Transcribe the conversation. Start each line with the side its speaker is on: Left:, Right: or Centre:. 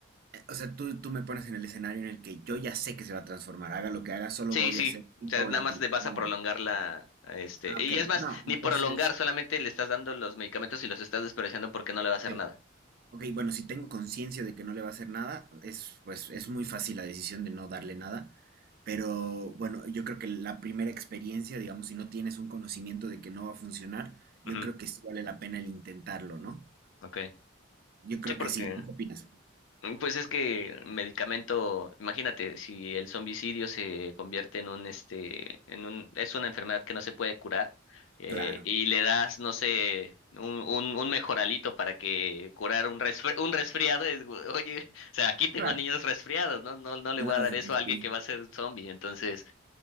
Right: Eh, O sea, tú, tú me pones en el escenario en el que yo ya sé que se va a transformar, haga lo que haga, solo
Left: Sí,
Right: voy
Left: sí,
Right: a hacer
Left: ya
Right: un paulatino.
Left: nada más le vas
Right: No.
Left: a prolongar la, a este,
Right: Ah,
Left: y
Right: ok,
Left: es más,
Right: no,
Left: ni
Right: entonces,
Left: prolongar, solamente le estás dando los medicamentos y los estás desperdiciando porque no le va a hacer
Right: ok,
Left: nada.
Right: Ok, bueno, si tengo conciencia de que no le va a hacer nada, es, pues, es muy fácil la decisión de no darle nada. Pero bueno, yo creo que la primera experiencia, digamos, si no tienes un conocimiento de que no va a funcionar, yo
Left: Ujú,
Right: creo que sí vale la pena el intentarlo, ¿no?
Left: ok.
Right: Yo creo
Left: Sí, porque
Right: que sí. ¿Tú qué opinas?
Left: Mm, Pues es que medicamento, imagínate, si el zombicidio se convierte en un, este, en un, es una enfermedad que no se puede curar, eh,
Right: Claro,
Left: y le das, no sé, un, un, un mejoralito para que curar un resfri- un resfriado, es, gu- oye, <laughs> o sea, aquí tengo
Right: claro.
Left: niños resfriados, ¿no? No, no le
Right: Lógico,
Left: voy a dar eso a alguien
Right: sí.
Left: que va a ser zombie, entonces,